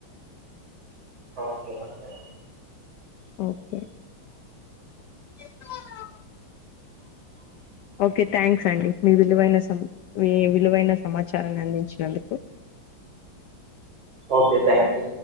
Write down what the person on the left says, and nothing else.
ఓకే ఎక్కడా? ఓకే థ్యాంక్స్ అండి. మీ విలువైన సమ మీ విలువైన సమాచారాన్ని అందించినందుకు